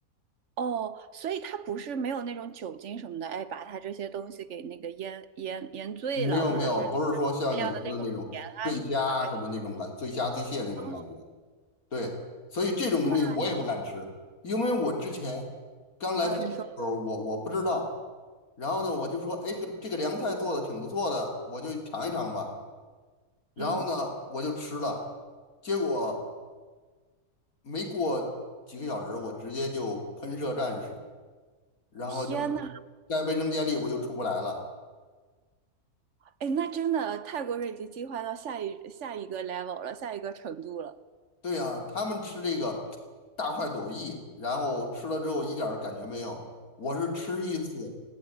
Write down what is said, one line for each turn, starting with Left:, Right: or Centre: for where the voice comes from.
Right: 哦，所以他不是没有那种酒精什么的，哎，把他这些东西给那个腌腌腌醉了，
Left: 没有没有，
Right: 或者是
Left: 不是说像你说的那种醉虾什么那种感，
Right: 大量的那种盐啊什么的，把它给。
Left: 醉虾醉蟹那种感觉。
Right: 哦，
Left: 对，所以这种东西我也不敢吃，
Right: 妈，
Left: 因为我之前刚来泰国的时候，
Right: 呃，你说，
Left: 我我不知道。然后呢，我就说，哎，这个这个凉菜做的挺不错的，我就尝一尝吧。然后呢，
Right: 嗯，
Left: 我就吃了，结果。没过几个小时，我直接就喷射战士，然后就
Right: 天呐，
Left: 在卫生间里我就出不来了。
Right: 哎，那真的泰国人已经进化到下一下一个 level 了，下一个程度了。
Left: 对呀，他们吃这个大快朵颐，然后吃了之后一点儿感觉没有，我是吃一次